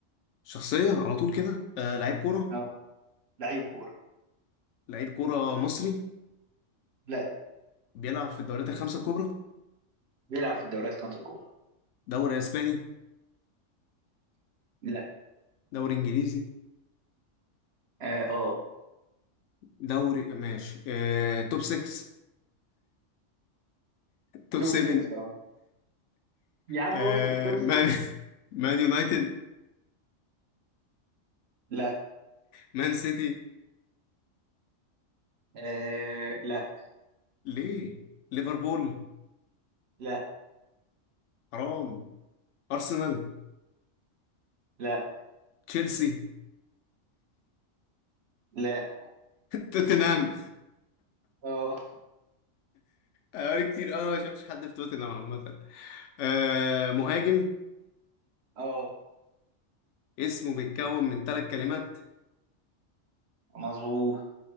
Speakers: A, on the left; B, on the right.
A: شخصية على طول كده آه لعيب كورة
B: اه لعيب كورة
A: لعيب كورة مصري
B: لا
A: بيلعب في الدوريات الخمسة الكبرى
B: بيلعب في الدوريات الخمسة الكبرى
A: دوري اسباني
B: لا
A: دوري انجليزي
B: اه آه.
A: دوري ماشي آه توب 6 توب
B: توب
A: 7
B: 6 اه يا عم
A: آه
B: اصبر توب
A: مان
B: 6
A: <laughs> مان يونايتد
B: لا
A: مان سيتي
B: آه لا
A: ليه ليفربول
B: لا
A: حرام ارسنال
B: لا
A: تشيلسي
B: لا
A: توتنهام
B: اه
A: اوري كتير اه ما شفتش حد في توتنهام عامة آه مهاجم
B: اه
A: اسمه بيتكون من ثلاث كلمات
B: مظبوط